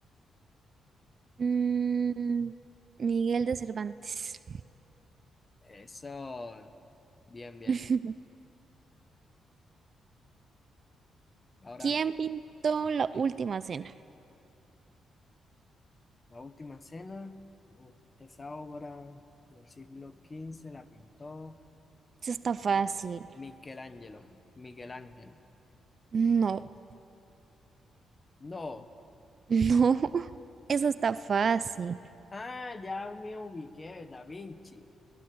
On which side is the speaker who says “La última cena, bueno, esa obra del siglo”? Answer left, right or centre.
Left